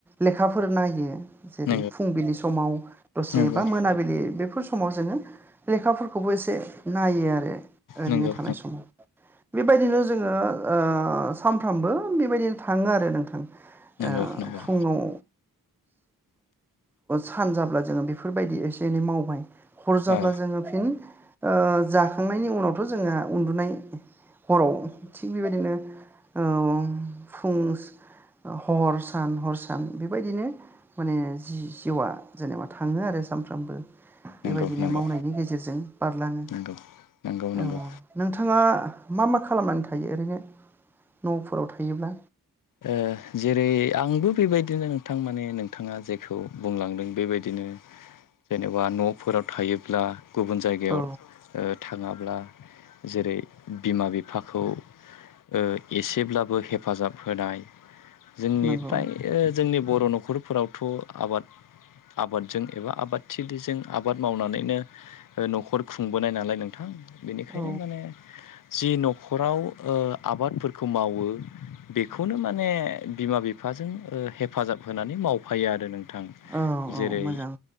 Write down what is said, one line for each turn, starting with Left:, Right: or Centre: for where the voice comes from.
Centre: लेखाफोर नायो जेरै
Left: नंगौ
Centre: फुंबिलि समाव दसे
Left: नंगौ
Centre: बा मोनाबिलि बेफोर समाव जोङो लेखाफोर खौबो एसे नायो आरो ओरैनो
Left: नंगौ नंगौ
Centre: थानाय समाव बेबायदिनो जोङो ओ सानफ्रामबो बेबायदिनो थाङो आरो नोंथां।
Left: नंगौ
Centre: ओ
Left: नंगौ
Centre: फुङाव सान जाब्ला जोङो बेफोरबायदि एसे एनै मावबाय हर जाब्ला
Left: औ
Centre: जोङो फिन ओ जाखांनायनि उनावथ' जोंहा उन्दुनाय हराव थिग बेबायदिनो
Left: औ
Centre: ओ फुं हर सान हर सान बेबायदिनो माने जि-जिउआ जेनेबा थाङो आरो। सामफ्रामबो
Left: नंगौ
Centre: बेबायदिनो
Left: नंगौ
Centre: मावनायनि गेजेरजों। बारलाङो
Left: नंगौ नंगौ नंगौ
Centre: औ नोंथाङा मा मा खालामनानै थायो ओरैनो? न'फोराव थायोब्ला
Left: ओ जेरै आंबो बेबायदिनो नोंथां माने नोंथाङा जेखौ बुंलांदों बेबायदिनो। जेनेबा न'फोराव थायोब्ला गुबुन जायगायाव
Centre: औ
Left: ओ थाङाब्ला जेरै बिमा बिफाखौ ओ एसेब्लाबो हेफाजाब होनाय जोंनि
Centre: नंगौ
Left: फ्राय ओ जोंनि बर' न'खरफोरावथ' आबाद आबादजों एबा आबादथिलिजों आबाद मावनानैनो न'खर खुंबोनाय नालाय नोंथां। बेनिखायनो
Centre: औ
Left: माने जि न'खराव ओ आबादफोरखौ मावो बेखौनो माने बिमा बिफाजों हेफाजाब होनानै मावफायो आरो नों थां
Centre: औ
Left: जेरै
Centre: औ मोजां